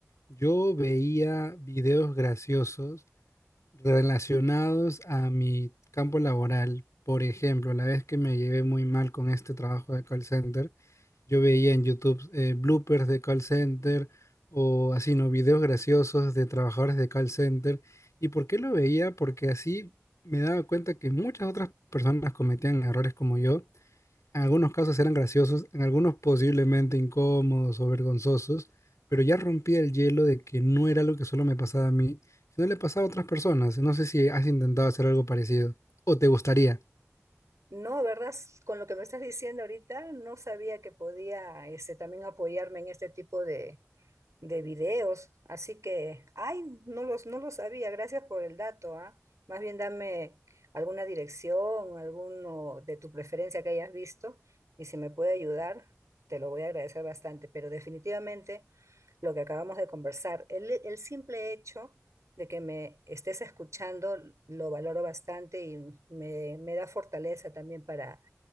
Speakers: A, on the left (about 80°); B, on the right (about 90°).
A: Yo veía videos graciosos relacionados a mi campo laboral. Por ejemplo, la vez que me llevé muy mal con este trabajo de call center, yo veía en YouTube eh, bloopers de call center o así, ¿no? Videos graciosos de trabajadores de call center. ¿Y por qué lo veía? Porque así me daba cuenta que muchas otras personas cometían errores como yo en algunos casos eran graciosos, en algunos posiblemente incómodos o vergonzosos, pero ya rompía el hielo de que no era algo que solo me pasaba a mí, sino le pasaba a otras personas. No sé si has intentado hacer algo parecido o te gustaría.
B: No, ¿verdad? S- Con lo que me estás diciendo ahorita, no sabía que podía este, también apoyarme en este tipo de, de videos. Así que, ay, no los, no lo sabía. Gracias por el dato, ¿ah? Más bien dame alguna dirección, alguno de tu preferencia que hayas visto, y si me puede ayudar, te lo voy a agradecer bastante. Pero definitivamente lo que acabamos de conversar. El, el simple hecho de que me estés escuchando lo valoro bastante y me, me da fortaleza también para